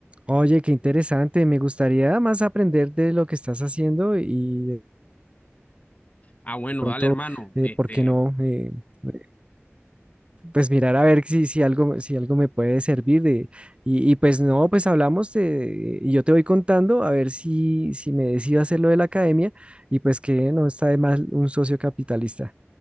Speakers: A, on the right (about 25°); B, on the left (about 30°).
A: Oye, qué interesante. Me gustaría más aprender de lo que estás haciendo y de
B: Ah, bueno,
A: de pronto,
B: dale, hermano.
A: eh,
B: Este,
A: ¿por qué no? eh, eh, pues mirar a ver si, si algo, si algo me puede servir. de- y, y pues no, pues hablamos de- y yo te voy contando a ver si, si me decido hacer lo de la academia y pues que no está de más un socio capitalista.